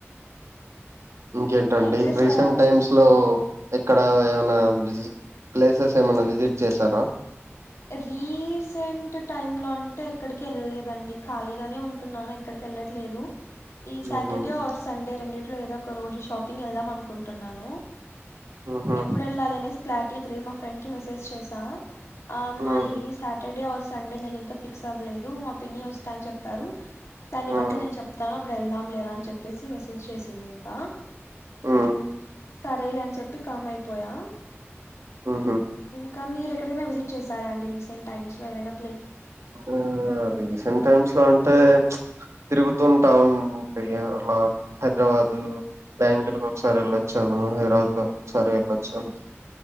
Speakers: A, on the right; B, on the left.
A: ఇంకేంటండి
B: ఏం చేశారండి
A: రీసెంట్ టైమ్స్ లో ఎక్కడ ఏమనా జ ప్లేసెస్ ఏమైన్నా విజిట్ చేసారా
B: రీసెంట్ టైమ్ లో అంటే ఇక్కడికి వెళ్ళలేదండి ఖాళీగానే ఉంటున్నాను ఎక్కడికి వెళ్ళట్లేదు ఈ సాటర్డే
A: ఉహు
B: ఆర్ సండే రెండిట్లో ఏదో ఒక రోజు షాపింగ్ వెళ్దాం అనుకుంటున్నాను
A: ఉహు
B: ఎప్పుడు వెళ్ళాలి అనేసి క్లాటీగా తెలిదు మా ఫ్రెండ్కి మెసేజ్ చేసా ఆ అమ్మాయి
A: ఉమ్
B: సాటర్డే ఆర్ సండే నేను ఇంకా ఫిక్స్ అవ్వలేదు మా పిన్ని వస్తా అని చెప్పారు దాన్ని
A: ఉమ్
B: బట్టి నేను చెప్తాను అప్పుడు వెళ్దాం లేరా అని చెప్పేసి మెసేజ్ చేసింది ఇంకా
A: ఆ
B: సరేలే అని చెప్పి కామ్ అయిపోయా
A: ఆహా
B: ఇక మీరు ఎక్కడైనా విసిట్ చేశారాండి రీసెంట్ టైమ్స్ లో ఏదైనా
A: ఆ రీసెంట్ టైమ్స్ లో అంటే తిరుగుతుంటాం అండి అలా హైదరాబాదు బెంగళూరుకి ఒకసారి వెళ్ళచ్చ వచ్చాను హైదరాబాద్ ఒకసారి వెళ్ళొచ్చాను